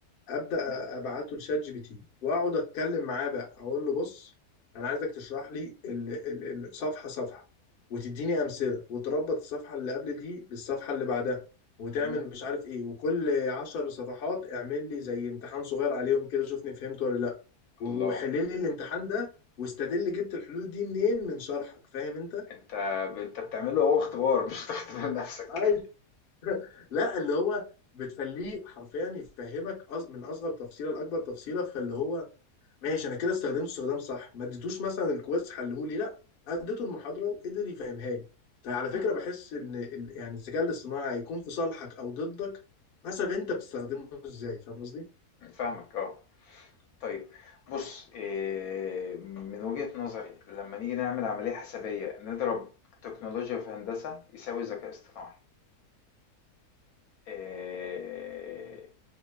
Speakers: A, on the left; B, on the left.
A: ابدا
B: تمام،
A: ابعته لشات جي بي تي واقعد اتكلم معاه بقى اقول له بص انا عايزك تشرح لي ال- ال- الصفحه صفحه وتديني امثله وتربط الصفحه اللي قبل دي بالصفحه اللي بعدها وتعمل
B: تمام،
A: مش عارف ايه وكل عشر صفحات اعمل لي زي امتحان صغير عليهم كده شوفني فهمت ولا لا وحل
B: الله.
A: لي الامتحان ده واستدل جبت الحلول دي منين من شرحك فاهم انت؟
B: انت انت بتعمله هو اختبار مش بتختبر نفسك
A: ايوه <laughs> لا اللي هو بتخليه حرفيا يفهمك أص- من اصغر تفصيله لاكبر تفصيله فاللي هو ماشي انا كده استخدمت استخدام صح ما اديتوش مثلا الكويز حلهولي لا اديته المحاضره وقدر يفهمها لي فعلى
B: مم.
A: فكره بحس ان ال- يعني الذكاء الاصطناعي هيكون في صالحك او ضدك حسب انت بتستخدمه ازاي فاهم قصدي
B: فاهمك اه طيب بص إيه، من وجهة نظري لما نيجي نعمل عملية حسابية نضرب تكنولوجيا في هندسة يساوي ذكاء اصطناعي إيه،